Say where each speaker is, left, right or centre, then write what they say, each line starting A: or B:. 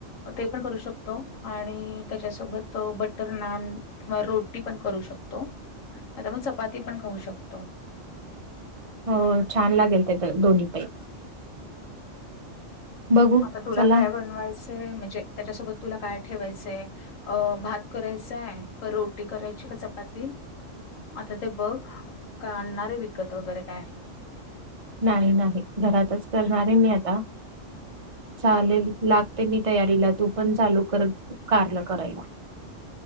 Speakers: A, on the left; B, on the right.
A: ते पण करू शकतो, आणि त्याच्यासोबत बटर नान किंवा रोटी पण करू शकतो, किंवा आपण चपाती पण खाऊ शकतो.
B: हो, छान लागेल ते दोन्हीपैकी बघू
A: आता तुला
B: चला
A: काय बनवायचं म्हणजे, त्याच्यासोबत तुला काय ठेवायचय? अ भात करायचंय, का रोटी करायची, का चपाती? आता ते बघ, का आणणारे विकत वगैरे काय?
B: नाही नाही. घरातच करणारए मी आता. चालेल लागते मी तयारीला, तू पण चालू कर कारल करायला.